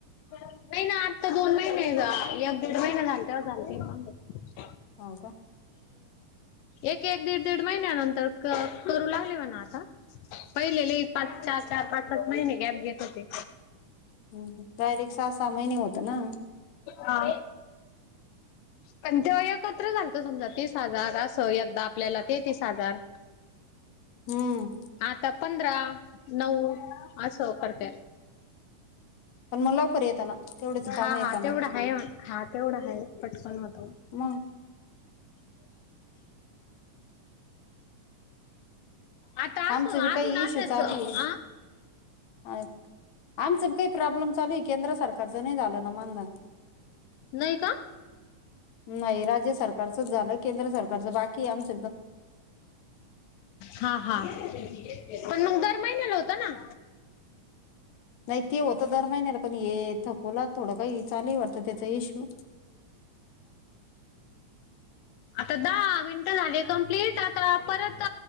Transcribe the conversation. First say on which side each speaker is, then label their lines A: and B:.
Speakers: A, on the left; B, on the left.
A: नाही ना आत्ता दोन महिने जा एक दड महिने झालत चालते.
B: होव का.
A: एक एक दीड दीड महिन्यानंतर करू लागले होणा आता, पहिले लई पाच चार चार पाच पाच महिने गॅप घेत होते.
B: हम्म डायरेक्ट. सहा सहा महिने होत ना.
A: हा पण तेव्हा एकत्र झालत समजा तीस हजार अस एकदा आपल्याला ते तीस हजार.
B: हम्म
A: आता पंधरा. नऊ आस करते.
B: मग लवकर येताना. तेवढेच काम
A: हा
B: येताना
A: हा तेवढा आहे, हा तेवढा आहे, पटकन होतो.
B: मग
A: आता असं
B: आमच
A: अजून
B: बी काही इश्यू
A: असायच
B: चालू
A: आ
B: आहे. आठ. आमचं बी काही प्रॉब्लेम चालू हाय केंद्र सरकार. कर्ज नाही झालं ना मागण.
A: नाही का.
B: नाही राज्य सरकारचच झालं केंद्र सरकार. कर्ज बाकी हाय आमच.
A: हा हा पणन मग दर. महिन्याला होत ना.
B: नाही ते होत दर महिन्याला पण हे, थकवला थोडं काही चालू हाय वाटतं बाई त्याचा येशु
A: आता दहा मिनटं झाले कंप्लीट, आता परत